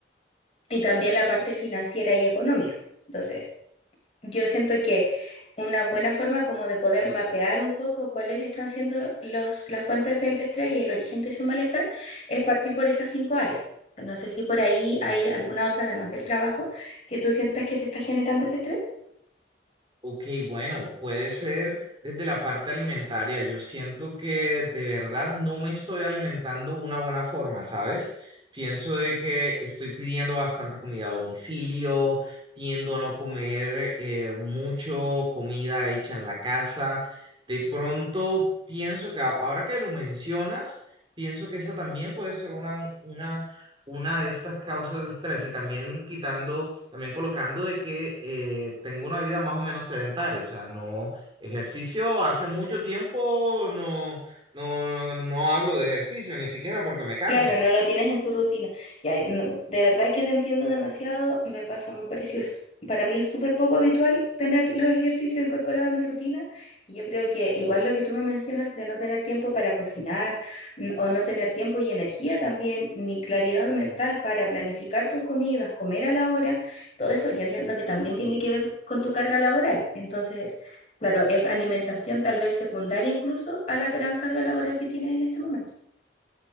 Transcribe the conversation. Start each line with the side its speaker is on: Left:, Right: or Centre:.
Left: y también la parte financiera y económica. Entonces, yo siento que una buena forma como de poder mapear un poco cuáles están siendo los, las fuentes del estrés y el origen de ese malestar es partir por esas cinco áreas. No sé si por ahí hay alguna otra, además del trabajo, que tú sientas que te está generando ese estrés.
Right: Ok, bueno, puede ser desde la parte alimentaria. Yo siento que de verdad no me estoy alimentando de una buena forma, ¿sabes? Pienso de que estoy pidiendo bastante comida a domicilio, tiendo a no comer eh, mucho comida hecha en la casa. De pronto pienso que a- ahora que lo mencionas, pienso que esa también puede ser una, una, una de estas causas de estrés y también quitando también colocando de que eh, tengo una vida más o menos sedentaria, o sea, no ejercicio, hace mucho tiempo no, no, no hablo de ejercicio, ni siquiera porque me canso.
Left: Claro, no lo tienes en tu rutina. Ya, no, de verdad que te entiendo demasiado, me pasa muy parecido. Es- Para mí es súper poco habitual tener los ejercicios incorporados en mi rutina y yo creo que igual lo que tú me mencionas de no tener tiempo para cocinar n- o no tener tiempo y energía también, ni claridad mental para planificar tus comidas, comer a la hora, todo eso yo entiendo que también tiene que ver con tu carga laboral. Entonces, claro, es alimentación tal vez secundaria incluso a la gran carga laboral que tienes en este momento.